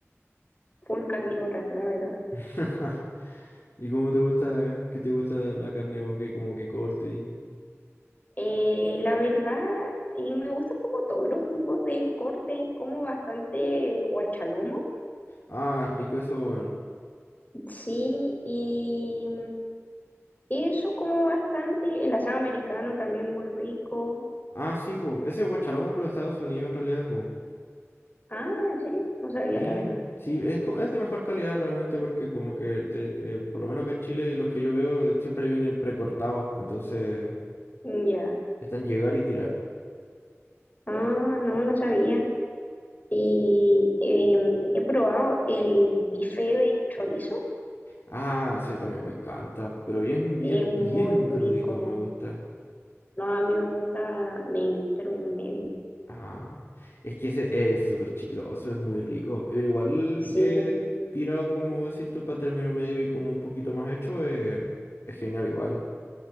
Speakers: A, on the left (about 35°); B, on the left (about 55°).
A: full carnívora, la verdad.
B: <laughs> ¿Y cómo te gusta, qué te gusta la carne, weón? Que como que corte y...
A: Eh, la verdad, y me gusta como todos los tipos de corte, como bastante guachalomo.
B: Ah, rico eso, weón.
A: Sí, y Y eso como bastante, el asado americano también muy rico.
B: Ah, sí, po. Ese es guachalomo, pero de Estados Unidos en realidad, po.
A: Ah, ¿en serio? No sabía
B: Sí,
A: la verdad.
B: sí, es, como, es de mejor calidad realmente porque como que, el te- eh, por lo menos acá en Chile, los que yo veo eh, siempre vienen precortados. Entonces,
A: Mm, Ya.
B: están llegar y tirar.
A: Ah, no, no sabía. Y em, he probado el bife de chorizo.
B: Ah, sí, también me encanta. Pero bien, bien,
A: Es muy
B: bien crudito
A: rico.
B: me gusta.
A: No, a mí me gusta medio, término medio.
B: Ah, es que ese es súper chicloso, es muy rico. Pero igual
A: Sí,
B: eh, tirado, como decís tú, para término medio y como un poquito más hecho, eh, es genial igual.